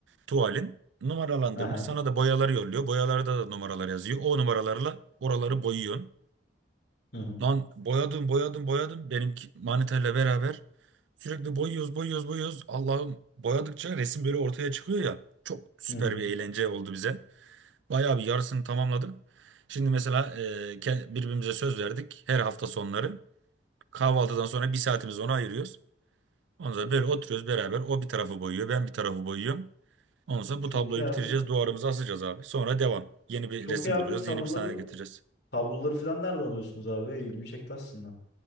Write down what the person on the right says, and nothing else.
tuvalin numaralandırmış.
Sana da boyaları yolluyor. Boyalarda da numaralar yazıyor. O numaralarla oraları boyuyorsun.
Lan boyadım boyadım boyadım. Benimki maniterle beraber sürekli boyuyoruz boyuyoruz boyuyoruz. Allah'ım boyadıkça resim böyle ortaya çıkıyor ya. Çok süper
bir eğlence oldu bize. Bayağı bir yarısını tamamladık. Şimdi mesela e, ke- birbirimize söz verdik. Her hafta sonları kahvaltıdan sonra bir saatimizi ona ayırıyoruz. Ondan sonra böyle oturuyoruz beraber. O bir tarafı boyuyor, ben bir tarafı boyuyorum. Ondan sonra
bu tabloyu
bitireceğiz, duvarımıza asacağız abi. Sonra devam. Yeni bir
resim
bulacağız,
yeni bir sahne getireceğiz.